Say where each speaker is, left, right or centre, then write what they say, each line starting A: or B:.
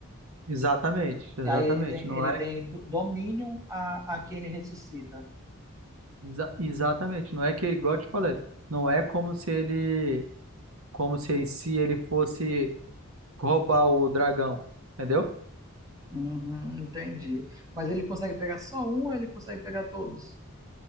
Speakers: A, on the right (about 70°); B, on the right (about 15°).
A: Exatamente, exatamente.
B: E aí ele tem,
A: Não
B: ele
A: é
B: tem do- domínio a, a quem ele ressuscita.
A: exa- exatamente, não é que, igual eu te falei, não é como se ele, como se em si ele fosse roubar o dragão, entendeu?
B: Uhum, entendi. Mas ele consegue pegar só um ou ele consegue pegar todos?